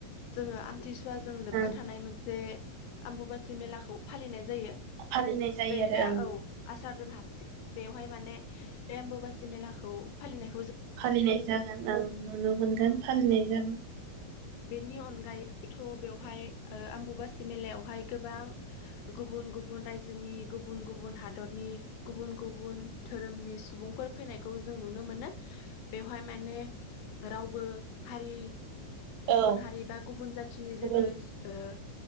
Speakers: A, on the left; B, on the right.
A: जोंङो आमथि बुवाजों लोब्बा
B: ओं
A: थानाय मोनसे आम्बुुबासि मेलाखौ फालिनाय जायो
B: फालिनाय जायो
A: नै
B: आरो
A: दा
B: ओं
A: औ आसार दान हाबसिगो बेवहाय माने बे आम्बुुबासि मेलाखौ फालिनाय
B: फालिनाय जागोन ओं नुनो मोनगोन
A: औ
B: फालि <unintelligible> जागोन
A: बेनि अनगायैथ बेवहाय ओ आम्बुुबासि मेलायावहाय गोबां गुबुन गुबुन रायजोनि गुबुन गुबुन हादरनि गुबुन गुबुन धोरोमनि सुबुंफोर फैनायखौ जों नुनो मोनो बेवहाय माने रावबो हारि गुबुन
B: औ
A: हारि बा गुबुन जाथिनि
B: गुबुन
A: जेबो ओ